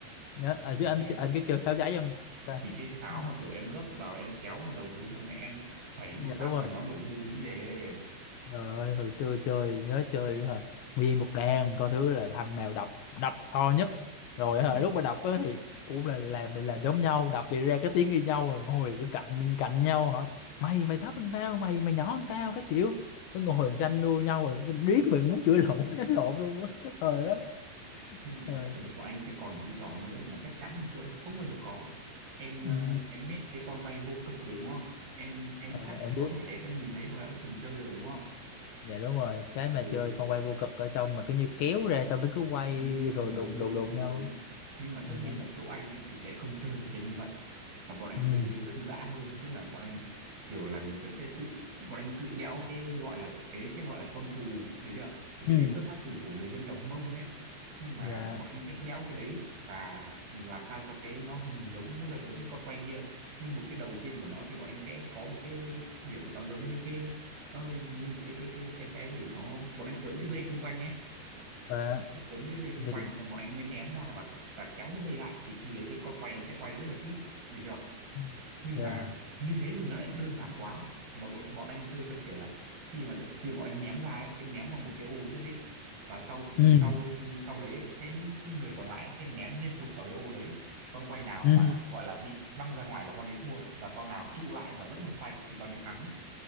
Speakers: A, on the left; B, on the right.
A: nhớ à, chứ
B: anh
A: anh
B: biết
A: anh có chơi pháo giấy không ta?
B: thì cái pháo
A: Ừ.
B: mà kiểu em gấp vào em kéo một đầu xuống xong rồi em phẩy
A: dạ
B: nó một phát
A: đúng rồi
B: là nó nổ bùm như thế
A: Trời ơi, hồi xưa chơi nhớ chơi hả? Nguyên một đàn coi thứ là thằng nào đập đập to nhất rồi
B: ừ.
A: hả lúc mà đập á thì cũng là làm mình làm giống nhau đập bị ra cái tiếng như nhau rồi ngồi cứ cạnh cạnh nhau hỏi mày mày thấp hơn tao mày mày nhỏ hơn tao các kiểu cứ ngồi tranh đua nhau rồi cứ riết mình muốn chửi lộn <laughs> đánh lộn luôn á cái thời đó
B: nhưng mà nhá
A: rồi
B: thật ra bọn anh sẽ còn một cái trò nữa mà chắc chắn là chỗ em không bao giờ có em
A: ừ.
B: ờ, em biết cái con quay vô cực rồi đúng không em em
A: à
B: chắc là
A: em
B: có
A: biết
B: thể là em sẽ nhìn thấy hoặc là đã từng chơi rồi đúng không
A: dạ đúng rồi cái mà
B: ừ,
A: chơi con quay vô cực ở trong mà cứ như kéo ra xong nó cứ quay
B: ừ
A: rồi đụng
B: đúng
A: đụng
B: đúng
A: đụng
B: đúng
A: nhau
B: đúng
A: á.
B: nhưng mà tất nhiên
A: dạ
B: là chỗ anh ấy thì sẽ không chơi sẽ như vậy và bọn anh
A: ừ
B: chơi cái dân dã hơn tức là bọn anh kiểu là người ta sẽ tự bọn anh tự đẽo cái gọi là cái đấy sẽ gọi là con cù được chưa thì cái
A: ừ
B: đấy xuất phát từ của người dân tộc Mông ấy nhưng mà
A: dạ
B: bọn anh sẽ đẽo cái đấy và làm sao cho cái nó hình giống nó gần giống như con quay kia nhưng một cái đầu trên của nó thì bọn anh sẽ có một cái điểm nó giống như cái nó như một cái cái cái cái cái để nó bọn anh quấn cái dây xung quanh ấy
A: và
B: quấn cái dây xung
A: gì
B: quanh xong bọn anh mới ném ra và và kéo cái dây lại thì khi đấy cái con quay nó sẽ quay rất là tít được chưa
A: Ừ,
B: nhưng
A: dạ
B: mà như thế thì nó lại đơn giản quá bọn, bọn anh chơi theo kiểu là khi mà khi mà bọn anh ném ra ấy sẽ ném vào một cái ô nhất định và sau ừ,
A: ừ
B: sau ừ, sau đấy ấy, sẽ những cái người còn lại sẽ ném liên tục vào cái ô đấy con quay nào
A: ừ
B: mà gọi là bị văng ra ngoài là con đấy thua và con nào trụ lại và vẫn còn xoay thì con đấy thắng